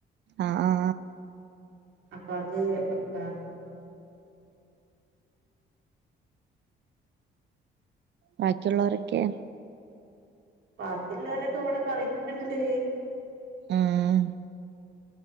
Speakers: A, on the right (about 60°); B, on the right (about 75°).
A: ആഹ്, ആഹ്
B: അപ്പ അത് വെക്കാം.
A: ബാക്കിയുള്ളവരൊക്കെ?
B: ബാക്കി ഇല്ലോലൊക്കെ ഇവിടെ കളിക്ക്ണ്ട്.
A: ആഹ്